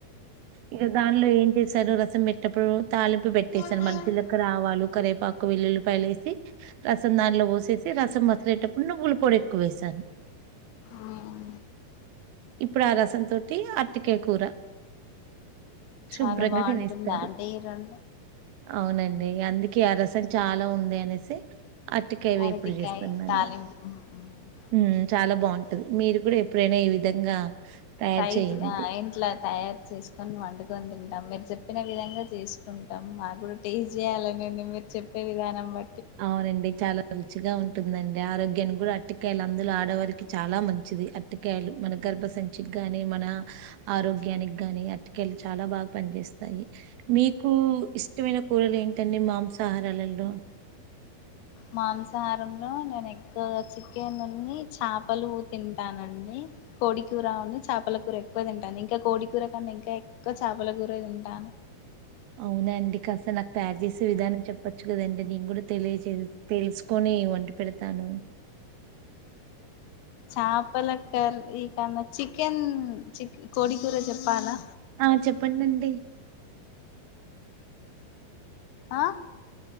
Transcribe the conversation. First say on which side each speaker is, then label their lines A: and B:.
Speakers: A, on the right; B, on the left.
A: ఇగ దాంట్లో ఏం చేసారు రసం పెట్టిప్పుడు తాలింపు పెట్టేసారు
B: మ్మ్
A: మళ్ళీ జీలకర్ర, ఆవాలు కరేపాకు, వెల్లుల్లిపాయలేేసి రసం దానిలో పోసేసి రసం మసలేటప్పుడు నువ్వుల పొ డి ఎక్కువేసాన్
B: మ్మ్
A: ఇప్పుడు ఆ రసంతోటి ఆర్టికాయ్ కూర శుభ్రంగా
B: చాలా బాగుంటుంది
A: తినేస్తారు
B: అంటే ఈ రెం
A: అవునండి అందుకే ఆ రసం చాలా ఉంది అనేసి అట్టికాయ వేపుడు
B: అరటికాయ
A: చేస్తున్నాను.
B: తాలింపు
A: మ్ చాలా బాగుంటది మీరు గుడా ఎప్పుడైనా ఈ విధంగా తయారు
B: ట్రై
A: చేయండి
B: ఆ ఎంట్ల తయార్ చేస్కొన్ వండుకొని తింటాం మీరు చెప్పిన విధంగా చేస్కుంటాం మాక్ గుడా టేస్ట్ చేయాలన్ ఉంది మీర్ చెప్పే విధానం బ
A: అవునండి. చాలా రుచిగా ఉంటుందండి ఆరోగ్యానికి గుడా అట్టికాయలు అందులో ఆడవారికి చాలా మంచిది అట్టికాయలు మన గర్భసంచిక్ గాని మన ఆరోగ్యానిక్ గాని అట్టికాయలు చాలా బాగా పనిచేస్తాయి. మీకు ఇష్టమైన కూరలేంటండి మాంసాహారాలల్లో
B: మాంసాహారంలో నేన్ ఎక్కువగా చికెన్నున్ని, చాపలు తింటానండి. కోడి కూర ఉను చాపల కూర ఎక్కువ తింటాన్ ఇంకా కోడి కూర కన్నా ఇంకా ఎక్కువ చాపల కూర తింటా.
A: అవునా అండి కాస్త నాక్ తయార్ చేసే విధానం చెప్పొచ్చు కదం డి నేన్ గుడా తెలియజే తెల్సుకొని వండి పెడతాను.
B: చాపల కర్రీ కన్నా చికెన్ చిక్ కోడి కూర చెప్పాలా?
A: ఆ చెప్పండండి.
B: ఆ